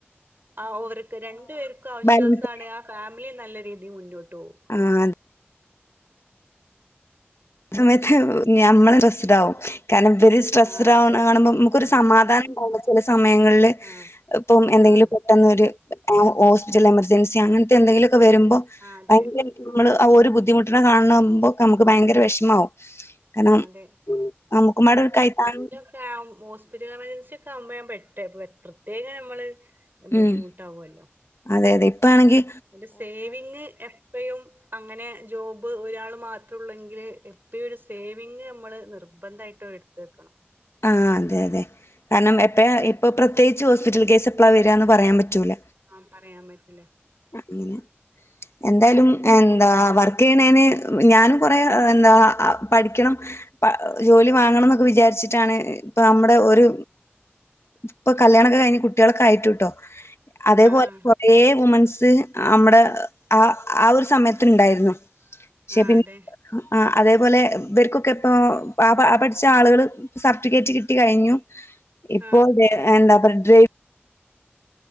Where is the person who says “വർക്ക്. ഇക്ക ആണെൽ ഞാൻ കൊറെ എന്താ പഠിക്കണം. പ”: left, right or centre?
Left